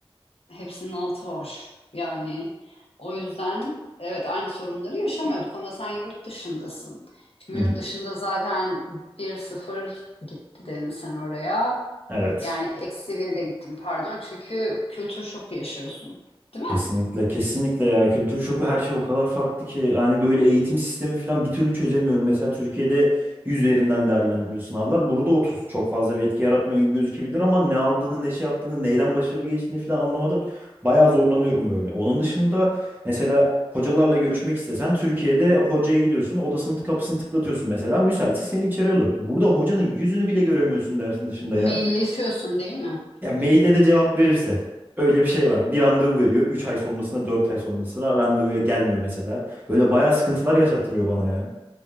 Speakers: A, on the left; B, on the right.
A: hepsinin altı boş. Yani o yüzden evet aynı sorunları yaşamıyorduk ama sen yurt dışındasın. Şimdi
B: Hı hı.
A: yurt dışında zaten bir sıfır gitti dedin sen oraya.
B: Evet.
A: Yani eksi 1 de gittin pardon çünkü kültür şoku yaşıyorsun. Değil
B: Kesinlikle
A: mi?
B: kesinlikle ya kültür şoku her şey o kadar farklı ki yani böyle eğitim sistemi falan bir türlü çözemiyorum. Mesela Türkiye'de yüz üzerinden değerlendiriliyor sınavlar. Burada 30 çok fazla bir etki yaratmıyor gibi gözükebilir ama ne aldığını ne şey yaptığını neyden başarılı geçtiğini falan anlamada bayağı zorlanıyorum böyle. Onun dışında mesela hocalarla görüşmek istesen Türkiye'de hocaya gidiyorsun odasının kapısını tıklatıyorsun mesela müsaitse seni içeri alıyor. Burada hocanın yüzünü bile göremiyorsun dersin dışında
A: Mailleşiyorsun
B: ya.
A: değil mi?
B: Ya maile de cevap verirse. Öyle bir şey var. Bir randevu veriyor. üç ay sonrasında 4 ay sonrasına randevuya gelmiyor mesela. Böyle bayağı sıkıntılar yaşatılıyor bana ya.